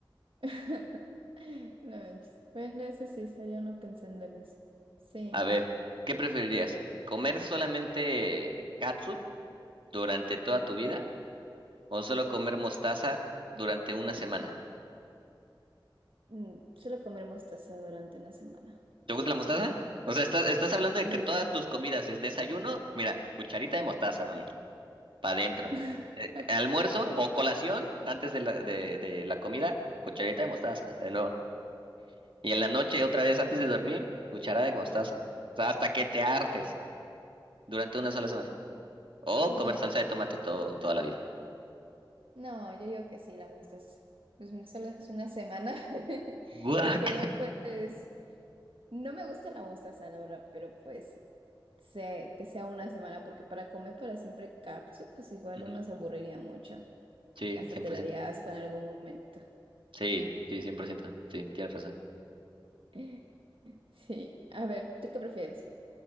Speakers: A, on the right; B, on the right.
A: <laughs> No manches. Bueno, eso sí, estaría uno pensando en eso. Sí,
B: A
A: no.
B: ver, ¿qué preferirías? ¿Comer solamente catsup durante toda tu vida o solo comer mostaza durante una semana?
A: Mm, Solo comer mostaza durante una semana.
B: ¿Te gusta la mostaza? O sea, estás, estás hablando
A: Mm,
B: de que todas tus comidas es desayuno, mira, cucharita de mostaza, mami, para adentro.
A: <laughs>
B: Eh, almuerzo o colación antes de la, de, de la comida, cucharita de mostaza, de nuevo. Y en la noche, otra vez antes de dormir, cucharada de mostaza. O sea, hasta que te hartes durante una sola semana. O
A: mm,
B: comer salsa de tomate todo, toda la vida.
A: No, yo digo que sí, la mostaza. Pues mm, solo es una semana. <laughs>
B: Guac.
A: Porque igual, pues, no me gusta la mostaza, la verdad, pero pues. se- que sea una semana, porque para comer para siempre capsu, pues
B: <laughs>
A: igual
B: Ujú.
A: uno se aburriría mucho.
B: Sí,
A: Hasta
B: cien
A: te
B: por
A: daría
B: ciento.
A: asco en algún momento.
B: Sí, sí, 100%. Sí, tienes razón.
A: <laughs> Sí, a ver, ¿tú qué prefieres?